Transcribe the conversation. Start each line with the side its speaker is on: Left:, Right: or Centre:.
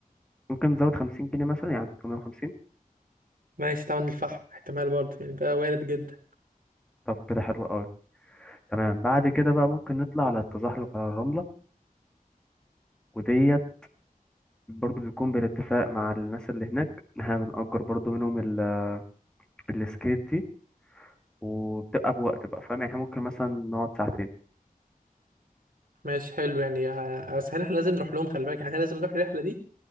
Centre: ممكن نزود 50 جنيه مثلا يعني 350
Right: ماشي طبعا الفحم احتمال برضه يعني ده وارد جدا
Centre: طب كده حلو قوي تمام بعد كده بقى ممكن نطلع على التزحلق على الرمله وديت برضو بيكون بالاتفاق مع الناس اللي هناك ان احنا بنأجر برضو منهم ال- السكيت دي وبتبقى بوقت بقى فاهم يعني إحنا ممكن مثلا نقعد ساعتين
Right: ماشي حلو يعني آه، بس احنا لازم نروح لهم خلي بالك يعني احنا لازم نروح الرحله دي